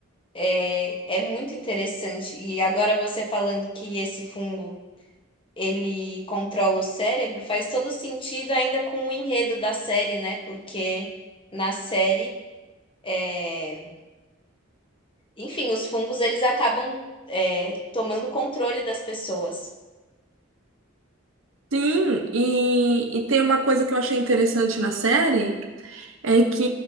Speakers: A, on the left; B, on the right.
A: É, é muito interessante. E agora você falando que esse fungo ele controla o cérebro, faz todo sentido ainda com o enredo da série, né? Porque na série, é, enfim, os fungos eles acabam é, tomando controle das pessoas.
B: Sim, e, e tem uma coisa que eu achei interessante na série, é que